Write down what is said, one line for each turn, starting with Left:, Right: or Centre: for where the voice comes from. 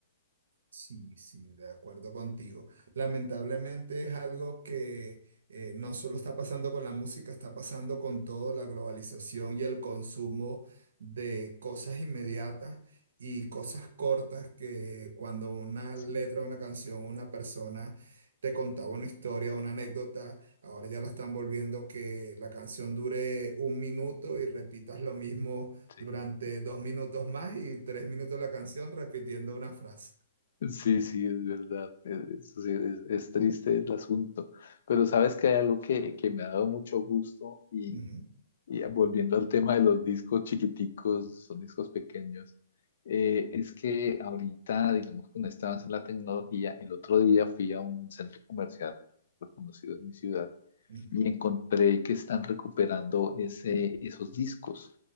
Right: Sí, sí, de acuerdo contigo. Lamentablemente es algo que eh, no solo está pasando con la música, está pasando con toda la globalización y el consumo de cosas inmediatas y cosas cortas que cuando una
Left: Sí,
Right: letra, una canción, una persona te contaba una historia, una anécdota, ahora ya la están volviendo que la canción dure un minuto y repitas lo mismo
Left: sí.
Right: durante dos minutos más y tres minutos la canción repitiendo una frase.
Left: Sí, sí, es verdad. Es, es- sí, es- es triste el asunto. Pero sabes que hay algo que, que me ha dado mucho gusto
Right: Ujú,
Left: Y eh, volviendo al tema de los discos chiquiticos, son discos pequeños, eh, es que ahorita, digamos, con este avance en la tecnología, el otro día fui a un centro comercial reconocido en mi ciudad
Right: ujú,
Left: y encontré que están recuperando ese, esos discos.